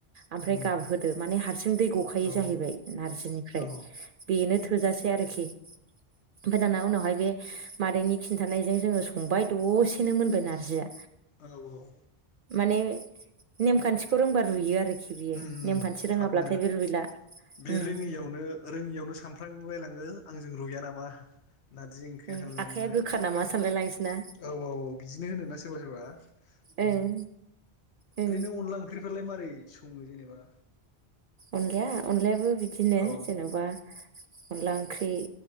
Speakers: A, on the right; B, on the left.
A: ओमफ्राय
B: उम
A: गाबहोदो माने हारसिं दै गखायो
B: औ औ
A: जाहैबाय नारजिनिफ्राय
B: उम
A: बेनो थोजासेै आरोखि ओमफ्राय दाना उनावहाय बे मादैनि खिन्थानायजों जोङो संबाय दसेनो मोनबाय नारजिया
B: औ औ
A: माने नेमखान्थिखौ रोंबा रुइयो आरोखि बियो
B: उम
A: नेमखान्थि
B: थाबनो
A: रोङाब्लाथाय बे रुइला
B: बे
A: उम
B: रोङियावनो रोङियावनो सानफ्रांलायलाङो आंजों रुया नामा नारजि ओंख्रिया
A: उम
B: खालायलाङो
A: आखाइया
B: ना
A: गोखा नामा सानलाय लांसैना
B: औ औ औ बिदिनो होनोना सोरबा सोरबा
A: ओं ओं
B: ओरैनो अनला ओंख्रिफ्रालाय मारै सङो जेनेबा
A: अनलाया अनलायाबो बिदिनो
B: औ
A: जेनेबा अनला ओंख्रि